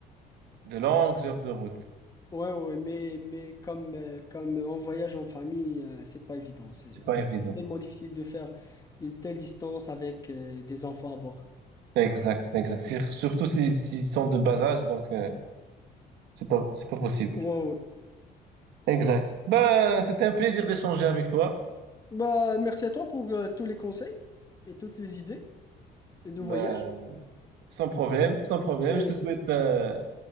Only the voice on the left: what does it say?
Ouais, ouais, ouais, mais, mais comme, euh, comme on voyage en famille, euh, c'est pas évident. C'est,
c'est,
c'est tellement difficile de faire une telle distance avec euh, des enfants à bord.
Ouais, ouais. ouais.
Bah, merci à toi pour euh, tous les conseils et toutes les idées de
voyage.
Et